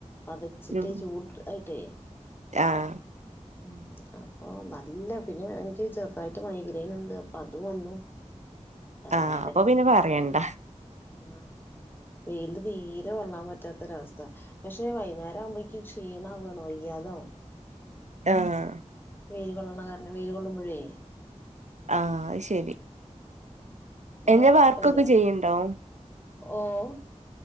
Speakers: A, on the left; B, on the right.
A: പതച്ചിട്ട്
B: ഉം
A: ചൂട് ആയിട്ടേ
B: ആഹ്
A: <inaudible> ഉം അപ്പൊ നല്ല പിന്നെ എനിക്ക് ചെറുതായിട്ട് മൈഗ്രെയിൻ ഉണ്ട് അപ്പൊ അത് വന്നു തലവേദനയും
B: ആഹ് അപ്പൊ പിന്നെ പറയണ്ട
A: ആഹ് ആഹ് വെയില് തീരെ കൊള്ളാൻ പറ്റാത്തൊരവസ്ഥ പക്ഷെ വൈന്നേരം ആവുമ്പോഴേക്കും ക്ഷീണ വാണ് വയ്യാത
B: ആഹ്
A: വെൽ കൊള്ളണ കാരണം വെൽ കൊള്ളുമ്പോഴേ
B: ആഹ് അഹ് ശരി
A: മഴ
B: എന്റൊ
A: കൊഴപ്പല്ല
B: വർക്കൊക്കെ ചെയ്യ്ണ്ടോ
A: ഓഹ്